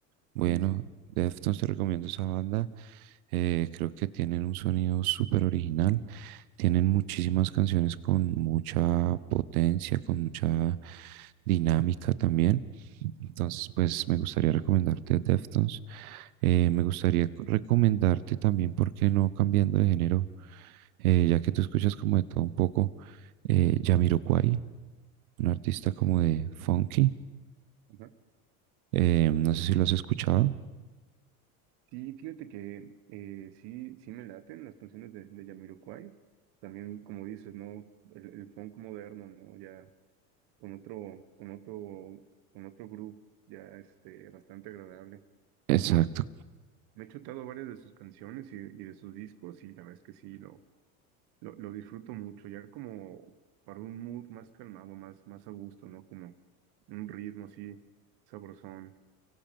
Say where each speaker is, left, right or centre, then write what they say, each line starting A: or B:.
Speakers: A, on the right (about 80°); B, on the right (about 60°).
A: Bueno,
B: buenísimo.
A: Deftones te recomiendo esa banda. eh, creo que tienen un sonido súper original. Tienen muchísimas canciones con mucha potencia, con mucha dinámica también. Entonces, pues me gustaría recomendarte Deftones. Eh, me gustaría co- recomendarte también, ¿por qué no cambiando de género? Eh, ya que tú escuchas como de todo un poco, eh, Jamiroquai, un artista como de funky.
B: Ajá.
A: Eh, no sé si lo has escuchado.
B: Sí, fíjate que eh, sí, sí me laten las canciones de, de Jamiroquai. También, como dices, ¿no? El, el funk moderno, ¿no? Ya con otro, con otro, con otro grupo, ya este, bastante agradable.
A: Exacto,
B: Me he chutado varias de sus canciones y, y de sus discos y la verdad es que sí, lo, lo, lo disfruto mucho, ya como para un mood más calmado, más, más a gusto, ¿no? Como un ritmo así sabrosón.